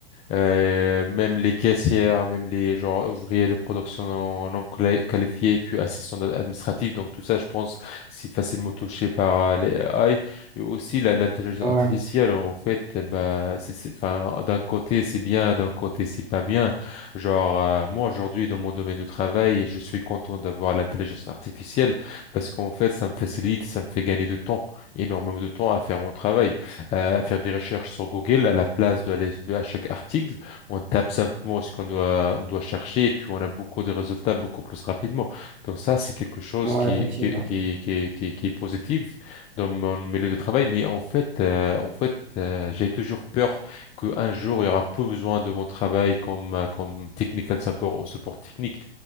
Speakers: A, on the left (about 20°); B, on the right (about 85°).
A: Euh, même les caissières, même les genre ouvriers de production non, non cla- qualifiés, puis assistants ad- administratifs. Donc tout ça, je pense, c'est facilement touché par euh, les AI. Et aussi la- l'intelligence
B: Ouais,
A: artificielle, en fait, euh, bah, c'est, c'est- enfin, d'un côté c'est bien, d'un côté c'est pas bien. Genre euh, moi aujourd'hui dans mon domaine de travail, je suis content d'avoir l'intelligence artificielle parce qu'en fait ça me facilite, ça me fait gagner de temps, énormément de temps à faire mon travail euh, à faire des recherches sur Google à la place de aller à chaque article. On tape simplement ce qu'on doit, on doit chercher et puis on a beaucoup de résultats beaucoup plus rapidement. Donc ça, c'est quelque chose
B: ouais,
A: qui,
B: effectivement.
A: qui, qui, qui, qui, qui est positif dans mon milieu de travail. Mais en fait, euh, en fait, euh, j'ai toujours peur qu'un jour, il y aura peu besoin de mon travail comme, euh, comme technical support ou support technique